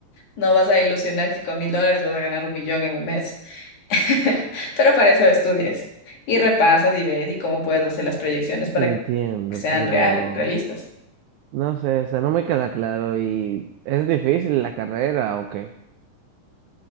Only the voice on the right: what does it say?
Entiendo,
pero
no sé, o sea, no me queda claro y ¿es difícil la carrera o qué?